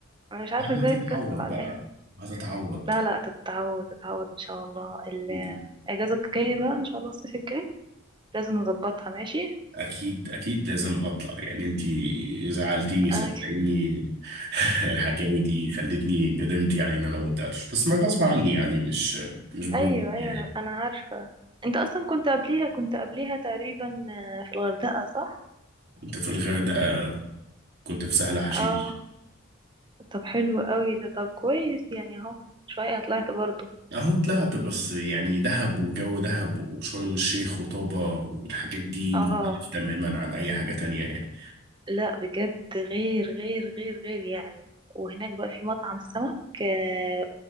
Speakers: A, on the right (about 25°); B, on the right (about 55°).
A: انا مش عارفة
B: انا
A: ازاي
B: هتتعوض
A: فكستك على
B: بقى
A: الآخر
B: هتتعوض
A: لا لا تتعود تتعود ان شاء الله ال-
B: مم.
A: الأجازة الجاية بقى ان شاء الله الصيف الجاي لازم نظبطها ماشي
B: اكيد اكيد لازم هطلع يعني انتي زعلتيني صدقيني
A: آه
B: <laughs> الحكاوي دي خلتني ندمت يعني ان انا ما طلعتش بس ما غصب عني يعني مش مش بجد
A: ايوه ايوه
B: يعني
A: انا أنا عارفه انت اصلا كنت قبليها كنت قبليها تقريبا آه، في الغردقه صح
B: كنت في الغردقه كنت في سهل حشيش
A: اه طب حلو قوي ده طب كويس يعني اهو شويه طلعت برضو
B: اهو طلعت بس يعني دهب وجو دهب وشرم الشيخ وطابة والحاجات دي
A: اه
B: مختلف تماما عن اي حاجه تانية يعني
A: لا بجد غير غير غير غير يعني وهناك بقى في مطعم سمك آه،